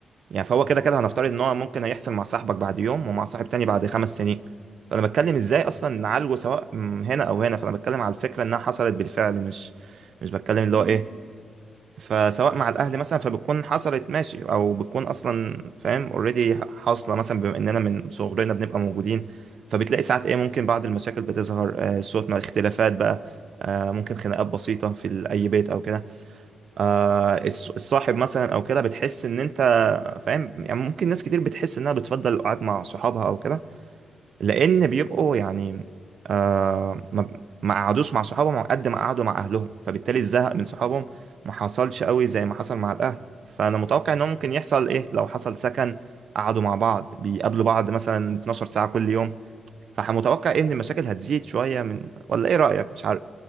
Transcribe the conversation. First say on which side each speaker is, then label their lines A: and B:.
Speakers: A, on the right; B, on the right.
A: يعني فهو كده كده هنفترض ان هو ممكن هيحصل مع صاحبك بعد يوم ومع صاحب تاني بعد خمس سنين فانا بتكلم ازاي اصلا نعالجه سواء م- هنا او هنا فانا بتكلم على الفكره انها حصلت بالفعل مش مش بتكلم
B: امم
A: اللي هو ايه فسواء
B: ايوه
A: مع الاهل مثلا فبتكون حصلت ماشي او بتكون اصلا فاهم اوريدي حاصله مثلا بما اننا من صغرنا بنبقى موجودين فبتلاقي ساعات ايه ممكن بعض المشاكل بتظهر آه، صوت مع اختلافات بقى آه، ممكن خناقات بسيطه في ال- اي بيت او كده آه، الص- الصاحب مثلا او كده بتحس ان انت فاهم يعني ممكن ناس كتير بتحس انها بتفضل القعاد مع صحابها او كده لان بيبقوا يعني آه ما ما قعدوش مع صحابهم قد ما قعدوا مع اهلهم فبالتالي الزهق من صحابهم ما حصلش قوي زي ما حصل مع الاهل فانا متوقع
B: بص
A: انه ممكن يحصل ايه لو حصل سكن قعدوا مع بعض بيقابلوا بعض مثلا 12 ساعة كل يوم فمتوقع ايه ان المشاكل هتزيد شوية من ولا ايه رأيك مش